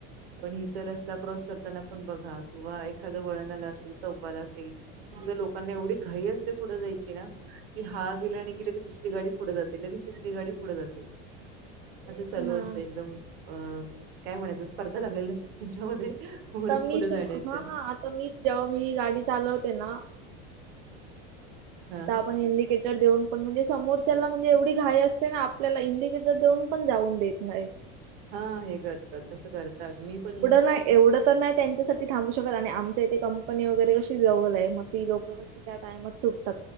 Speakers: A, on the right (about 65°); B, on the right (about 85°).
A: तेच
B: पण ईथ
A: ना
B: रस्ता क्रॉस करताना पण बघा किंवा एखादं वळणाला असेल चौपाल असेल. म्हणजे त्यां लोकांना एवढी घाई असते पुढं जायची ना. कि हा गेला
A: हो.
B: नाही कीं लगेच दुसरी गाडी पुढं जाते लगेच तिसरी गाडी पुढं जाते.
A: <inaudible>
B: असं चालू
A: ना
B: असत एकदम अ काय म्हणायचं स्पर्धा लागलेली असत. त्यांच्यामध्ये
A: हो. आता
B: वर
A: मीच
B: पुुढे जाण्याच्या.
A: हा आता मीच जेव्हा मी गाडी चालवते ना
B: हा
A: आता आपण इंडि केटर देऊन पण म्हणजे समोरच्याला म्हणजे एवढी घाई असते ना आपल्याला इंडिकेटर देऊन पण जाऊन देत नाही. <inaudible>
B: हा हे करतात तसं करतात मी पण
A: नाहीं एवढं तर नाही त्यांच्यासाठी थांबू शकत आणि आमच्या इथे कंपनी वगैरे अशी जवल आहे मग ती लोक अशी त्या टाइमात सुटतात.